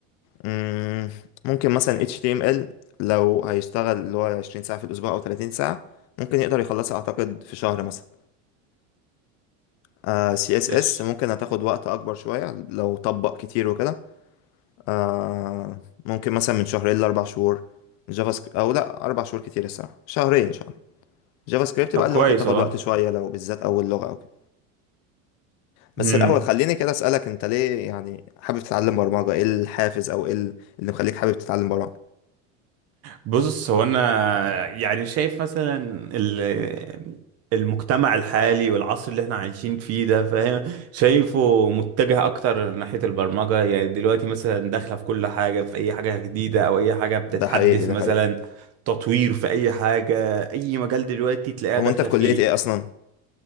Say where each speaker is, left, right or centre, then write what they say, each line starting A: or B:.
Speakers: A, on the left; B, on the right.
A: مم، ممكن مثلا HTML لو هيشتغل اللي هو 20 ساعة في الأسبوع أو 30 ساعة ممكن يقدر يخلصها أعتقد في شهر مثلا آه سي اس
B: فيش
A: اس ممكن هتاخد وقت اكبر شويه لو طبق كتير وكده آه ممكن مثلا من شهرين لاربع شهور جافا سكريبت او لا اربع شهور كتير الصراحه شهرين شهرين جافا سكريبت
B: طب
A: بقى اللي
B: كويس
A: ممكن تاخد
B: والله
A: وقت شويه لو بالذات اول لغه او كده بس
B: امم
A: الاول خليني كده اسالك انت ليه يعني حابب تتعلم برمجه ايه الحافز او ايه اللي مخليك حابب تتعلم برمجه
B: بص هو انا يعني شايف مثلا ال- المجتمع الحالي والعصر اللي احنا عايشين فيه ده فاهم شايفه متجه اكتر ناحية البرمجة يعني دلوقتي مثلا داخلة في كل حاجة في اي حاجة جديدة او اي حاجة بتتحدث
A: ده حقيقي ده
B: مثلا
A: حقيقي
B: تطوير في اي حاجة اي مجال دلوقتي تلاقيها
A: هو
B: داخلة
A: انت في كليه
B: فيه
A: ايه اصلا